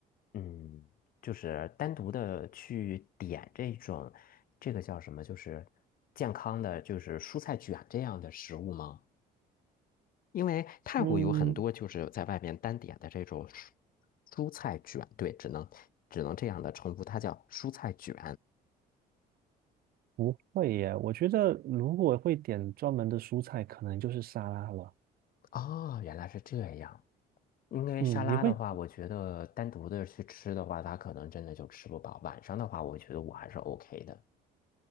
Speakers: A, on the left; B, on the right.
A: 嗯，就是单独的去点这种，这个叫什么？就是健康的，就是蔬菜卷这样的食物吗？因为泰国有很多就是在外面单点的这种蔬
B: 嗯，
A: 蔬菜卷，对，只能只能这样的称呼，它叫蔬菜卷。
B: 不会耶，我觉得如果会点专门的蔬菜，可能就是沙拉了。
A: 哦，原来是这样。因为沙拉的话，
B: 嗯，你会，
A: 我觉得单独的去吃的话，它可能真的就吃不饱。晚上的话，我觉得我还是 OK 的，